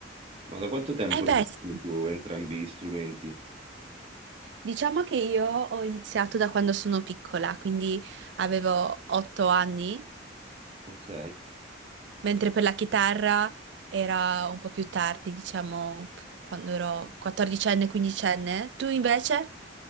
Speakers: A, on the right (about 30°); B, on the right (about 65°).
A: Ma da quanto tempo
B: Eh
A: li
B: beh,
A: suoni
B: sì.
A: tu entrambi gli strumenti?
B: Diciamo che io ho iniziato da quando sono piccola, quindi avevo otto anni,
A: Ok.
B: mentre per la chitarra era un po' più tardi, diciamo quando ero 14enne, 15enne. Tu invece?